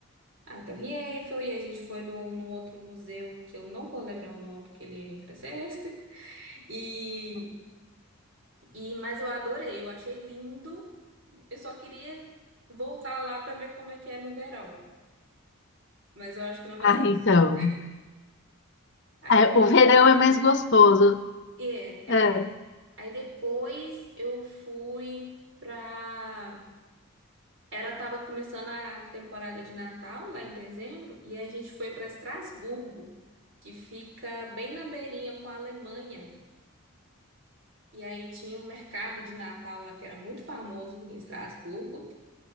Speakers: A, on the right; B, on the left.
A: A Torre Eiffel, e a gente foi num, num outro museu que eu não vou lembrar o nome, porque ele é em francês. <laughs> E, e, mas eu adorei, eu achei lindo. Eu só queria voltar lá para ver como é que é no verão, mas eu acho que não vai
B: Ah,
A: ser possível.
B: então.
A: Aí
B: É,
A: depois,
B: o verão é mais gostoso.
A: é,
B: É,
A: é. Aí depois eu fui pra. Era, tava começando a temporada de Natal, lá em dezembro, e a gente foi para Estrasburgo, que fica bem na beirinha com a Alemanha. E aí tinha um mercado de Natal lá que era muito famoso em Estrasburgo.